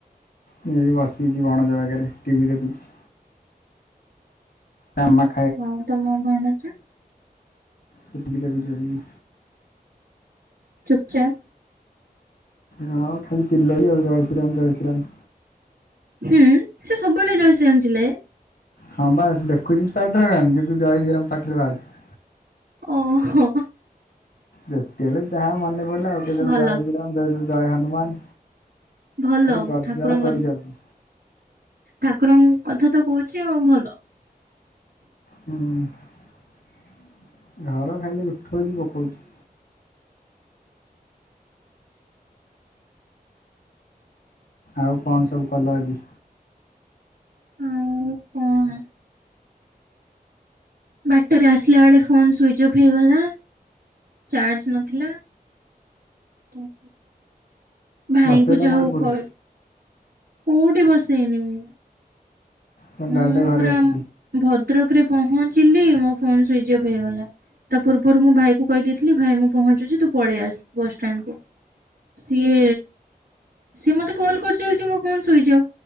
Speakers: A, on the left; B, on the right.
A: ଦିଦି ବସିଚି ଭଣଜା ପାଖରେ ଟିଭି ଦେଖୁଚି। ତା ମାକ୍
B: ଆଉ ତମ ଭଣଜା?
A: <unintelligible> ଚାଲୁନ।
B: ଚୁପ୍ ଚାପ୍
A: ହଁ ଖାଲି ଚିଲଉଚ ଜୟ ଶ୍ରୀରାମ ଜୟ ଶ୍ରୀ ରାମ।
B: ହୁଁ ସେ ସବୁବେଳେ ଜୟଶ୍ରୀରାମ ଚିଲାଏ?
A: ହଁବା ସେ ଦେଖୁଚି ସ୍ପାଇଡ୍ର ମ୍ୟାନ୍ କିନ୍ତୁ ଜୟ ଶ୍ରୀରାମ ପାଟିରୁ ବାହାରୁଚି।
B: ଓହୋ।
A: ଯେତେବେଳେ ଯାହା ମନେ ପଇଲା କକେତେବେଳେ
B: ଭଲ
A: ଜୟ ଶ୍ରୀରାମ ଜୟ ହନୁମାନ୍।
B: ଭଲ
A: ଖାଲି ଗର୍ଜନ
B: ଠାକୁରଙ୍କ
A: କରି ଚାଲୁଚି।
B: ଠାକୁରଙ୍କ କଥା ତ କହୁଚି ଆଉ ଭଲ।
A: ହୁଁ ଘର ଖାଲି ଉଠଉଚି ପକଉଚି। ଆଉ କଣ ସବୁ କଲ ଆଜି?
B: ଆଉ କଣ? ବାଟେରେ ଆସିଲା ବେଳେ ଫୋନ୍ ସୁଇଚ୍ ଅଫ୍ ହେଇଗଲା ଚାର୍ଜ ନଥିଲା। ତାପ ଭାଇଙ୍କୁ
A: ବସେଇଲ
B: ଯା
A: ପୁଣି
B: ହଉ
A: କୋଉଠି
B: କ କୋଉଠି ବସେଇନି ମୁଁ।
A: ନା ଡାଇରେକ୍ଟ
B: ମୁଁ
A: ଘରେ
B: ପୁରା
A: ଆସିକି?
B: ଭଦ୍ରକ ରେ ପହଞ୍ଚିଲି ମୋ ଫୋନ୍ ସୁଇଚ୍ ଅଫ୍ ହେଇଗଲା। ତା ପୂର୍ବରୁ ମୁଁ ଭାଇକୁ କହିଦେଇଥିଲି ଭାଇ ମୁଁ ପହଞ୍ଚୁଚି ତୁ ପଳେଇ ଆସ୍ ବସ୍ ଷ୍ଟାଣ୍ଡ୍ କୁ। ସିଏ ସିଏ ମତେ କଲ୍ କରି ଚାଲିଚି ମୋ ଫୋନ୍ ଶୁଇଚ୍ ଅଫ୍